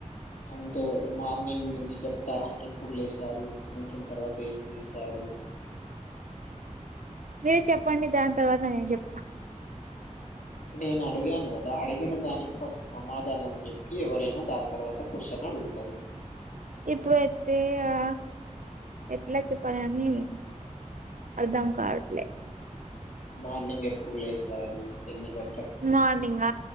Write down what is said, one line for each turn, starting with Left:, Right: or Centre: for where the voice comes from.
Left: అంటే మార్నింగ్ నుంచి చెప్తారా ఎప్పుడు లేసారు లేచిన తర్వాత ఏం చేశారు
Right: మీరు చెప్పండి దాని తర్వాత ఎం చెప్
Left: నేను అడిగాను కదా అడిగిన దానికి ఫష్ సమాధానం చెప్పి ఎవరై దాని తర్వాత క్వశ్చన్ అడుగుతారు
Right: ఇప్పుడు అయితే ఆ ఎట్లా చెప్పాలి అని అర్ధం కావట్లే
Left: మార్నింగ్ ఎప్పుడు లేస్తారు ఎన్ని గం
Right: మార్నింగ